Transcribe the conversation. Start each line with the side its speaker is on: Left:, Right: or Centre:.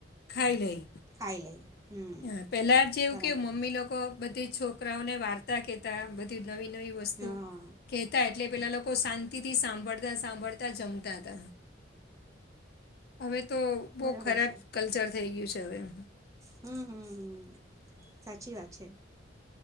Left: ખાઈ લઈ.
Right: ખાઈ લે હમ
Left: હં, પેલા જેવું
Right: બરાબર
Left: કેવું મમ્મી લોકો બધી છોકરાઓને વાર્તા કહેતા બધી નવી નવી વસ્તુ
Right: હા
Left: કહેતા એટલે પેલા લોકો શાંતિથી સાંભળતા સાંભળતા જમતા હતા. હવે તો બહુ
Right: બરાબર
Left: ખરાબ
Right: છે
Left: કલ્ચર થઈ ગયું છે. જ <unintelligible>
Right: હમ હમ હમ, સાચી વાત છે.